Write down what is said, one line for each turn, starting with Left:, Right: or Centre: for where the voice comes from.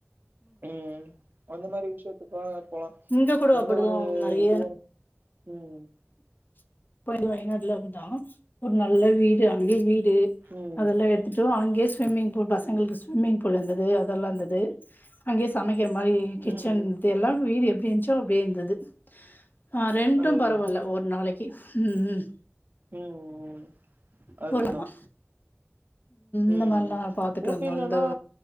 Right: ம் அந்த மாரி விஷயத்துக்காக போலாம்
Left: இங்க கூட
Right: எந்த
Left: அப்படிதான்
Right: ஒரு
Left: நெறைய
Right: இதுவும் ம்
Left: <unintelligible> வயநாடுல இருந்தோம் ஒரு நல்ல வீடு அங்கே வீடு
Right: ம்
Left: அதெல்லாம் எடுத்து ஆங்கேஸ் ஸ்விமிங் பூல் பசங்களுக்கு
Right: ம்
Left: ஸ்விம்மிங் பூல் இருந்தது அதெல்லாம் இருந்தது அங்கயே சமைக்கிற மாரி கிச்சன்
Right: ம் ம்
Left: இ எல்லாம் வீடு எப்படி இருந்துச்சோ இருந்தது ஆ ரெண்டும்
Right: அதுதா
Left: பரவாயில்ல ஒரு நாளைக்கு ம்ம்
Right: ம் ம் அதுதான்
Left: போலாமா இந்த
Right: ம்
Left: மாரிலா
Right: ம்
Left: பாத்துட்டு
Right: ஊட்டில்லன்னா
Left: வந்தோ இந்த